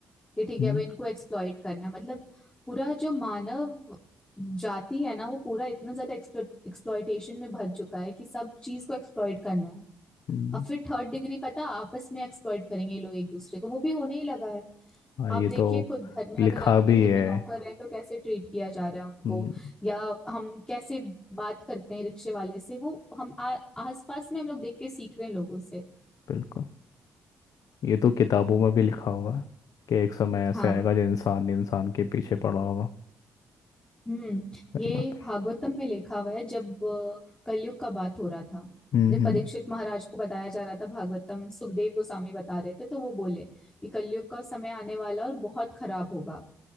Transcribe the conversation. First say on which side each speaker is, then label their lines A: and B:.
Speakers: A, on the left (about 15°); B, on the left (about 60°).
A: कि ठीक
B: हम्म
A: है अब इनको एक्सप्लॉइट करना है। मतलब पूरा जो मानव जाति है ना वो पूरा इतना ज्यादा एक्सप्लॉइटेशन में भर चुका है कि सब चीज को एक्सप्लॉइट करना है
B: हम्म,
A: अब फिर थर्ड डिग्री पता आपस में एक्सप्लॉइट करेंगे ये लोग एक दूसरे को वो भी होने ही लगा है
B: हाँ
A: आप
B: ये
A: देखिए
B: तो
A: खुद घर में
B: लिखा
A: अगर आपके
B: भी
A: घर
B: है
A: में नौकर है तो कैसे ट्रीट किया जा रहा है उनको
B: हम्म,
A: या हम कैसे बात करते हैं रिक्शे वाले से वो हम आ, आस पास में हम लोग देख के सीख रहे हैं लोगों से
B: बिल्कुल ये तो किताबों में भी लिखा होगा कि एक समय ऐसे
A: हाँ
B: आएगा जो इंसान इंसान के पीछे पड़ा होगा
A: हम्म
B: सही
A: ये
B: बात है
A: भागवतम में लिखा हुआ है जब अ, कलयुग का बात हो रहा था
B: हम्म
A: जब
B: हम्म,
A: परीक्षित महाराज को बताया जा रहा था भागवतम सुखदेव गोस्वामी बता रहे थे तो वो बोले कि कलयुग का समय आने वाला और बहुत खराब होगा